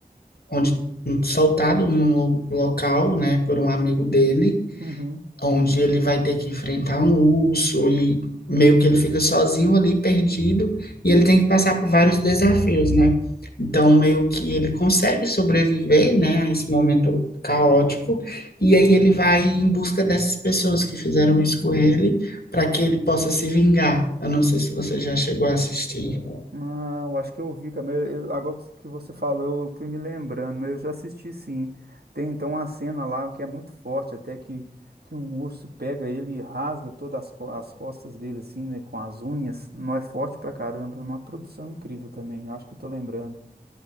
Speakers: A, on the left (about 75°); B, on the right (about 75°).
A: onde, soltado em um lo- local, né, por um amigo dele.
B: Uhum.
A: onde ele vai ter que enfrentar um urso e meio que ele fica sozinho ali, perdido, e ele tem que passar por vários desafios, né? Então, meio que ele consegue sobreviver, né, a esse momento caótico, e aí ele vai em busca dessas pessoas que fizeram isso com ele, para que ele possa se vingar. Eu não sei se você já chegou a assistir.
B: Ah, eu acho que eu vi, cara. Eu, eu- agora que você falou, eu fui me lembrando, mas eu já assisti sim. Tem então uma cena lá que é muito forte, até que, que um urso pega ele e rasga todas as, co- as costas dele, assim, né, com as unhas. Não é forte pra caramba, é uma produção incrível também. eu acho que eu tô lembrando.